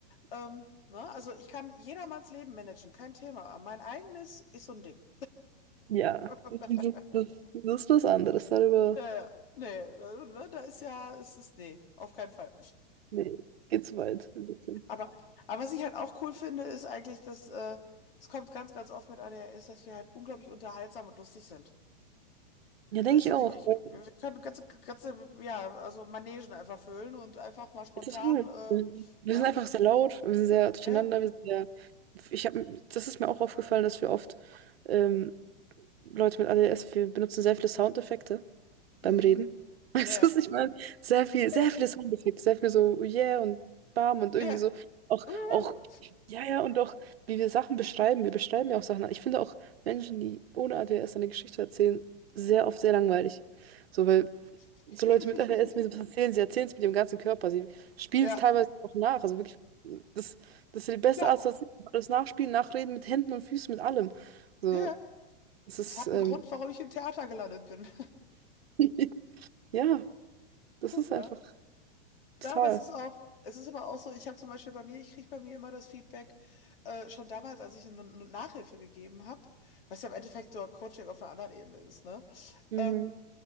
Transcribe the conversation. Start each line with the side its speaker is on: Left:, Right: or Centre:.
Left: Ähm, ne? Also ich kann jedermanns Leben managen, kein Thema. Aber mein eigenes ist so ein Ding.
Right: Ja,
Left: <laughs>
Right: <laughs> das, das, das ist was anderes. Darüber,
Left: Ja, ja. Nee, da, ne, da ist ja, es ist, nee, auf keinen Fall.
Right: nee, geht zu weit. ein bisschen.
Left: <laughs> Aber, aber was ich halt auch cool finde, ist eigentlich, dass äh, es kommt ganz, ganz oft mit ADHS, dass wir halt unglaublich unterhaltsam und lustig sind.
Right: Ja, denke
Left: Weißt
Right: ich
Left: du,
Right: auch.
Left: ich, ich,
Right: weil-
Left: wir können ganze, ganze, ja, also Manegen einfach füllen und einfach mal spontan,
Right: Total.
Left: äh,
Right: Wir
Left: ne?
Right: sind einfach sehr laut, wir sind sehr durcheinander,
Left: Ja,
Right: wir sind sehr. Ich habe, das ist mir auch aufgefallen, dass wir oft ähm, Leute mit ADS, wir benutzen sehr viele Soundeffekte.
Left: Mhm.
Right: beim Reden. <laughs> Also
Left: Ja, ja.
Right: ich meine, sehr viel, sehr
Left: Ja.
Right: viele Soundeffekte, sehr viel so yeah und bam und irgendwie
Left: Ja.
Right: so. Auch,
Left: Uhu.
Right: auch, ja, ja, und auch, wie wir Sachen beschreiben. Wir beschreiben ja auch Sachen. Ich finde auch Menschen, die ohne ADHS eine Geschichte erzählen, sehr oft sehr langweilig. So, weil
Left: <laughs>
Right: so Leute mit ADHS, wenn sie was erzählen, sie erzählen es mit ihrem ganzen Körper. Sie spielen
Left: Ja,
Right: es teilweise auch nach. Also wirklich, das, das ist ja die beste
Left: klar.
Right: Art, das alles nachspielen, nachreden mit Händen und Füßen, mit allem. So,
Left: Ja.
Right: es ist,
Left: Es hat
Right: ähm,
Left: einen Grund, warum ich im Theater gelandet bin,
Right: <laughs> ja, das
Left: <laughs>
Right: ist
Left: ne?
Right: einfach total.
Left: Ja, aber es ist auch es ist aber auch so, ich habe zum Beispiel bei mir ich kriege bei mir immer das Feedback, äh, schon damals, als ich eine 'ne Nachhilfe gegeben habe, was ja im Endeffekt so Coaching auf einer anderen Ebene ist, ne?
Right: Mhm.
Left: Ähm,